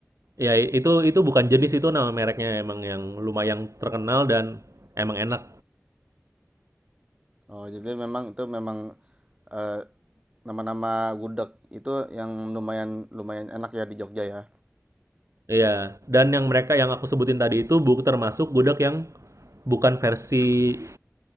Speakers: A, on the right; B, on the right.
A: Ya itu itu bukan jenis itu nama mereknya emang yang lumayan terkenal dan emang enak
B: Oh, jadi memang itu memang eh, nama-nama gudeg itu yang lumayan lumayan enak ya di Jogja ya.
A: Iya, dan yang mereka yang aku sebutin tadi itu bu termasuk gudeg yang bukan versi